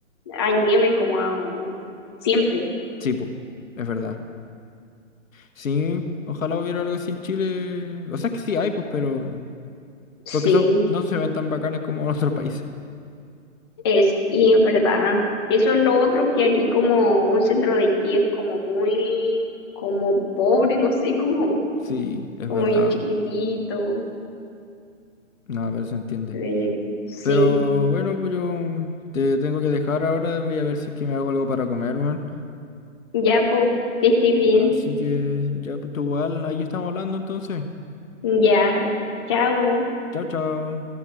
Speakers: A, on the left; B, on the left.
A: hay nieve como a- siempre.
B: Sí, pues, es verdad. Sí, ojalá hubiera algo así en Chile. O sea, es que sí hay, pues, pero...
A: Sí,
B: Porque son, no se ven tan bacanes como en otros países.
A: es, y es verdad. Eso es lo otro que aquí como un centro de esquí es como muy, como pobre, no sé, como,
B: Sí, es
A: como
B: verdad.
A: bien chiquitito.
B: Nada, pero se entiende.
A: Eh, Sí,
B: Pero bueno, pues yo te tengo que dejar ahora. Voy a ver si es que me hago algo para comer, weón.
A: ya pues, que estés bien.
B: Así que ya, pues tú igual, ahí estamos hablando entonces.
A: Ya, chao.
B: Chao, chao.